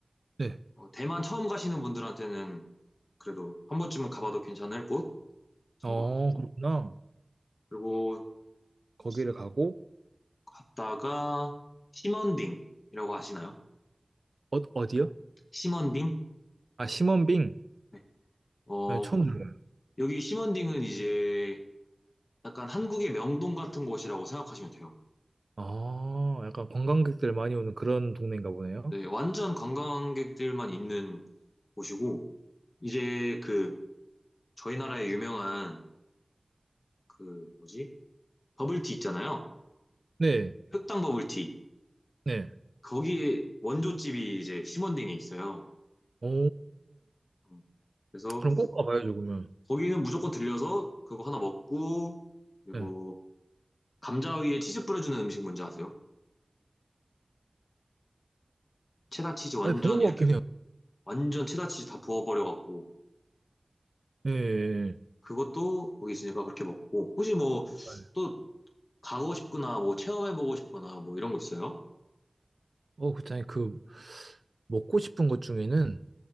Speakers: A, on the right; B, on the left.
A: 네.
B: 어, 대만 처음 가시는 분들한테는 그래도 한 번쯤은 가봐도 괜찮을 곳인
A: 어,
B: 것 같고
A: 그렇구나.
B: 그리고
A: 거기를 가고,
B: 갔다가 시먼딩이라고 아시나요?
A: 어, 어디요?
B: 시먼딩?
A: 아, 시먼빙.
B: 네. 어,
A: 네, 처음 들어요.
B: 여기 심원딩은 이제 약간 한국의 명동 같은 곳이라고 생각하시면 돼요.
A: 아, 약간 관광객들 많이 오는 그런 동네인가 보네요.
B: 네, 완전 관광객들만 있는 곳이고, 이제 그 저희 나라의 유명한 그 뭐지? 버블티 있잖아요.
A: 네,
B: 흑당 버블티.
A: 네.
B: 거기에 원조집이 이제 심원딩에 있어요.
A: 오,
B: 음, 그래서
A: 그럼 꼭 가봐야죠, 그러면.
B: 거기는 무조건 들려서 그거 하나 먹고, 그리고
A: 네.
B: 감자 위에 치즈 뿌려주는 음식 뭔지 아세요? 체다치즈 완전
A: 아니, 본것
B: 이렇게
A: 같긴 해요.
B: 완전 체다치즈 다 부어버려갖고
A: 네. 네,
B: 그것도 거기 있으니까 그렇게 먹고. 혹시 뭐
A: 네.
B: 또 가고 싶거나 뭐 체험해보고 싶거나 뭐 이런 거 있어요?
A: 어, 그렇잖아요. 그, 먹고 싶은 것 중에는